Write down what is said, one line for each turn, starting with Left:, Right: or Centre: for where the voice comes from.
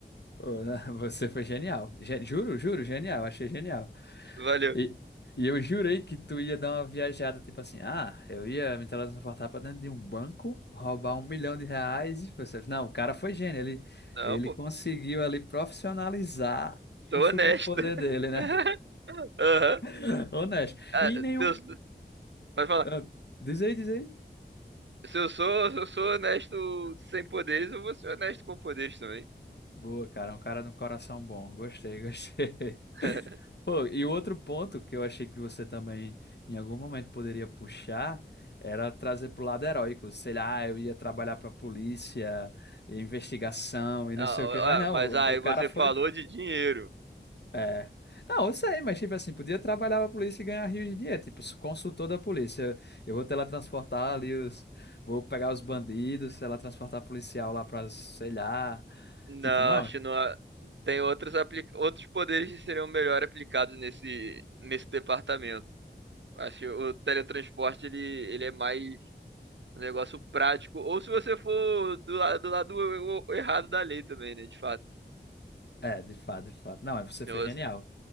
Left: Pô, <laughs> você foi genial. Ge- juro, juro, genial. Achei genial.
Right: Valeu.
Left: E, e eu jurei que tu ia dar uma viajada, tipo assim, ah, eu ia me teletransportar pra dentro de um banco, roubar um milhão de reais. E você, não, o cara foi gênio, ele,
Right: Não,
Left: ele
Right: pô,
Left: conseguiu ali profissionalizar
Right: sou
Left: o superpoder
Right: honesto.
Left: dele,
Right: <laughs>
Left: né?
Right: Aham.
Left: <laughs> Honesto.
Right: Ah,
Left: E nenhum.
Right: seus- Pode falar.
Left: ah, Diz aí, diz aí.
Right: Se eu sou, se eu sou honesto sem poderes, eu vou ser honesto com poderes também.
Left: Boa, cara, é um cara de um coração bom. Gostei, gostei.
Right: <laughs>
Left: <laughs> Pô, e o outro ponto que eu achei que você também em algum momento poderia puxar era trazer pro lado heróico. Sei lá, eu ia trabalhar pra polícia, investigação e não
Right: Ah,
Left: sei o quê, mas não,
Right: ah, mas aí
Left: o, o cara
Right: você
Left: foi.
Right: falou de dinheiro.
Left: É. Não, eu sei, mas tipo assim, podia trabalhar pra polícia e ganhar rios de dinheiro. Tipo, sou consultor da polícia. Eu vou teletransportar ali os. Vou pegar os bandidos, teletransportar policial lá pra, sei lá.
Right: Não,
Left: Tipo, não.
Right: acho que não. há- Tem outros, apli- outros poderes que seriam melhor aplicados nesse, nesse departamento. Acho que o teletransporte ele, ele é mais um negócio prático. Ou se você for do, la- do lado errado da lei também, né? De fato.
Left: É, de fato, de fato. Não, mas você
Right: Então,
Left: foi genial.
Right: você-